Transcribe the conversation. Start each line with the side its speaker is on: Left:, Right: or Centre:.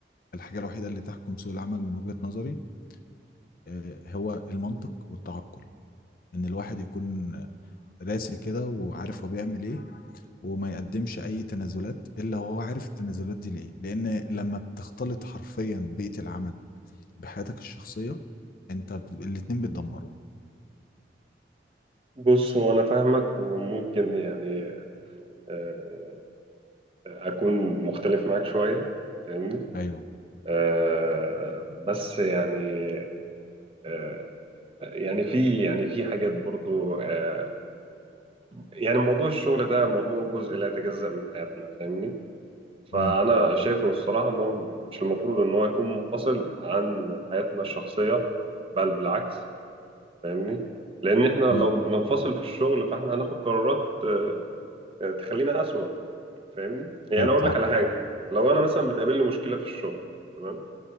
Left: الحاجة الوحيدة اللي تحكم سوق العمل من وجهة نظري آه، هو المنطق والتعقل إن الواحد يكون راسي كده وعارف هو بيعمل إيه وما يقدمش أي تنازلات إلا وهو عارف التنازلات دي لإيه لأن لما بتختلط حرفيا بيئة العمل بحياتك الشخصية أنت ب... الاتنين بيتدمروا
Right: بص هو انا فاهمك وممكن يعني آه، اكون مختلف معاك شويه فاهمني
Left: أيوه
Right: آه، بس يعني آه، يعني في يعني في حاجات برضو آه، يعني موضوع الشغل ده موضوع جزء لا يتجزأ من حياتنا فاهمني فأنا
Left: امم
Right: شايفه الصراحة إن هو مش المفروض إن هو يكون منفصل عن حياتنا الشخصية بل بالعكس فاهمني لأن إحنا لو
Left: امم
Right: بننفصل في الشغل فإحنا هناخد قرارات آه، آه، تخلينا أسوأ فاهمني يعني
Left: ايوه
Right: أقول
Left: فاهم
Right: لك على حاجة لو أنا مثلا بتقابلني مشكلة في الشغل تمام